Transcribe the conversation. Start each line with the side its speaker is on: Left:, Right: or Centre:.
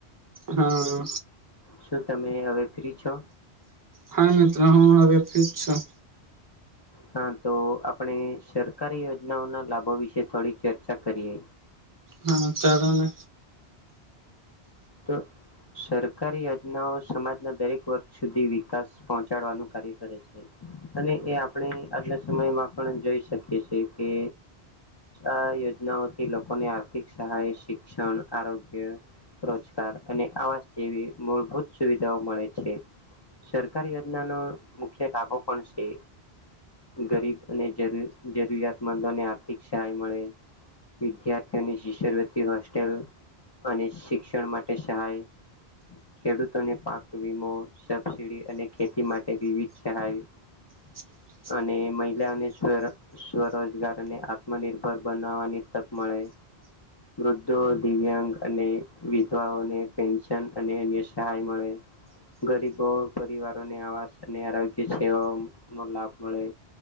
Right: હા
Left: શું તમે હવે ફ્રી છો?
Right: હા મિત્ર હું હવે ફ્રી જ છું
Left: હા તો આપણે સરકારી યોજનાઓના લાભો વિશે થોડી ચર્ચા કરીએ.
Right: હા ચાલોને
Left: તો સરકારી યોજનાઓ સમાજના દરેક વર્ગ સુધી વિકાસ પહોંચાડવાનું કાર્ય કરે છે. અને એ આપણે આજના સમયમાં પણ જોઈ શકીએ છેએ કે આ યોજનાઓથી લોકોને આર્થિક સહાય શિક્ષણ આરોગ્ય રોજગાર અને આવાસ જેવી મૂળભૂત સુવિધાઓ મળે છે. સરકારી યોજનાનો મુખ્ય લાભો પણ છે. ગરીબ અને જરૂ જરૂરિયાતમંદોને આર્થિક સહાય મળે વિદ્યાર્થીઓની શિષરવતિ હોસ્ટેલ અને શિક્ષણ માટે સહાય ખેડૂતોને પાક વીમો સબસીડી અને ખેતી માટે વિવિધ સહાય. <unintelligible>
Right: <inaudible>
Left: અને મહિલાને સ્વ સ્વરોજગાર અને આત્મનિર્ભર બનાવવાની તક મળે. વૃદ્ધો દિવ્યાંગ અને વિધવાઓને પેન્શન અને અન્ય સહાય મળે. ગરીબો પરિવારોને આવાસ અને આરોગ્ય સેવાઓનો લાભ મળે.